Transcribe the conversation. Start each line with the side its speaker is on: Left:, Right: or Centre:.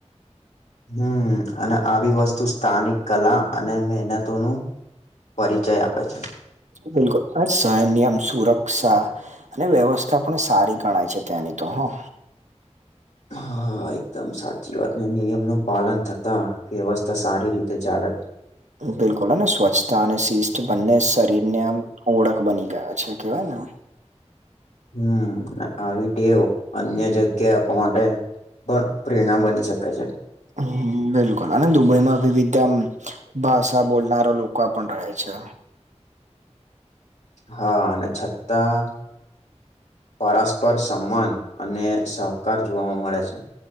Left: હમ અને આવી વસ્તુ સ્થાનિક કલા અને મહેનતોનું. પરિચય આપે છે.
Right: બિલકુલ હ સનયમ સુરક્ષા. અને વ્યવસ્થા પણ સારી ગણાય છે ત્યાંની તો હં.
Left: હા એકદમ સાચી વાત, નિયમ નું પાલન થતા વ્યવસ્થા સારી રીતે તે ચાર હજાર
Right: બિલકુલ સ્વચ્છતા અને શિસ્ત બંને શરીરને આમ ઓળખ બની ગયા છે કેવાય ને.
Left: હમ આવી ટેવ અન્ય જગ્યા આપવા માટે. પણ પ્રેરણા બની શકે છે.
Right: હ બિલકુલ અને દુબઈમાં વિવિધ ભાષા બોલનારો લોકો પણ રહે છે.
Left: હા અને છતાં પરસ્પર સમાન અને સહકાર જોવાવા મળે છે.